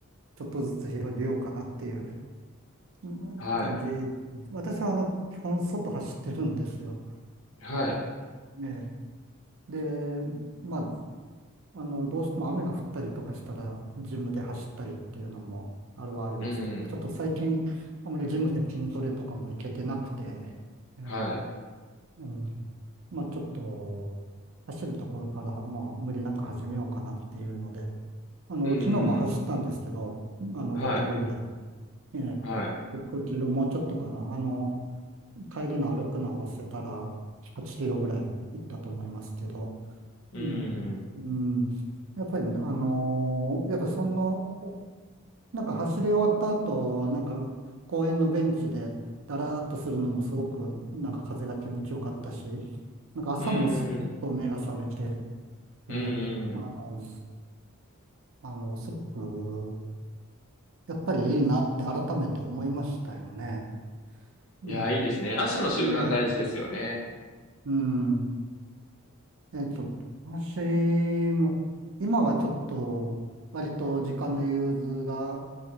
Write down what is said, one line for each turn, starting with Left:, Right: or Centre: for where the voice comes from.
Right: ちょっとずつ広げようかなっていううん感じ。
Left: はい。
Right: 私はあの、基本外走ってるんですよ。
Left: はい。
Right: ええ、ええで、まあ、あの、どうしても雨が降ったりとかしたら、ジムで走ったりっていうのもあるはありますけど、
Left: うんん。
Right: ちょっと最近、あまりジムで筋トレとかも行けてなくて、えー
Left: はい。
Right: うん、まあちょっと、走るところから、まあ無理なく始めようかなっていうので、あの、
Left: うんうん
Right: 昨日も走ったんですけど、あの、
Left: はい。
Right: 5キロぐらい、え
Left: はい。
Right: 5、5キロもうちょっとかな、あの、帰りの歩くの合わせたら、8キロぐらい行ったと思いますけど、
Left: う
Right: ええ、うん。やっぱり、あのーやっぱその、おなんか走り終わった後、なんか公園のベンチでだらーっとするのもすごく、なんか風が気持ちよかったし、なんか朝もすっと目が覚めて、
Left: んう
Right: ええ、
Left: うんうんうん。うんうん。
Right: あの、あの、すごく、やっぱりいいなって改めて思いましたよね。え
Left: いや、いいですね。足の習慣大事ですよね。
Right: え、ええ、うん。えっと、私も、今はちょっと、割と時間の融通が、